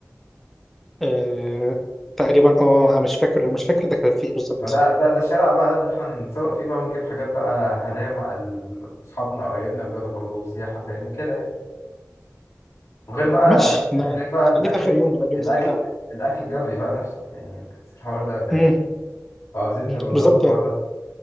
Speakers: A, in the centre; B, on the left (about 65°).
A: آه تقريبا اه أنا مش فاكر مش فاكر ده كان في ايه بالظبط
B: ما ده ده ده الشارع بقى اللي احنا نسوق فيه بقى ونجيب حاجات بقى هدايا مع ال- اصحابنا قرايبنا الجو ده كله سياحة فاهم كده يعني وغير بقى
A: ماشي
B: هناك
A: ما-
B: بقى الاكل
A: خليه في اخر يوم بقى اليوم
B: الاكل
A: السابع
B: الاكل الجبلي بقى نفسه يعني انت نسيت الحوار ده ولا
A: امم
B: ايه؟ فعاوزين نبقى نظبط
A: بالظبط
B: الحوار ده